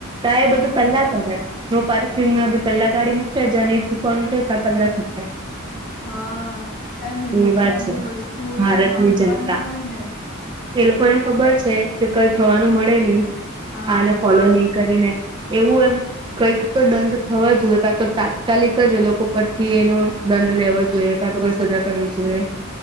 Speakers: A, on the right (about 20°); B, on the left (about 40°).
A: તા એ
B: હમ
A: બધું પેલા નો પાર્કિંગમાં બી પેલ્લા ગાડી મુકે જ્યાં ની થુકવાનું ત્યાં પહેલા થુંકહે.
B: હા એમ રૂલ્સ
A: એવા
B: નામની
A: છે
B: વસ્તુ હોય
A: ભારતની
B: એને માનવાનું
A: જનતા
B: હોય ને.
A: એ લોકોને ખબર છે કે કઈ થવાનું મળે નહી
B: હા
A: આને ફોલો ની કરીને એવું એમ કંઈક તો દંડ થવા જોઈએ કા તો તાત્કાલિક જ એ લોકો પરથી એનો દંડ લેવા જોઈએ. તો કઈ સજા કરવી જોઈએ